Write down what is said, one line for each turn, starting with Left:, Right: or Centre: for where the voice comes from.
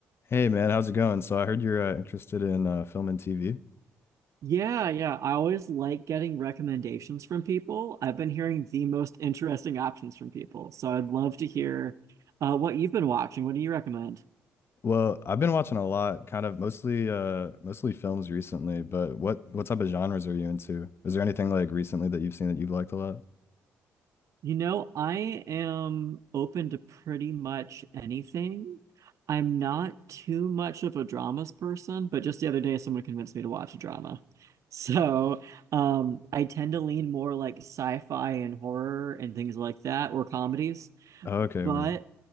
Left: Hey man, how's it going? So I heard you're uh, interested in uh, film and TV.
Right: Yeah, yeah. I always like getting recommendations from people. I've been hearing the most interesting options from people. So I'd love to hear uh, what you've been watching. What do you recommend?
Left: Well, I've been watching a lot, kind of mostly uh, mostly films recently. But what what type of genres are you into? Is there anything like recently that you've seen that you've liked a lot?
Right: You know, I am open to pretty much anything. I'm not too much of a dramas person, but just the other day, someone convinced me to watch a drama. <laughs> So um, I tend to lean more like sci-fi and horror and things like that, or comedies.
Left: Oh, okay,
Right: But
Left: weird.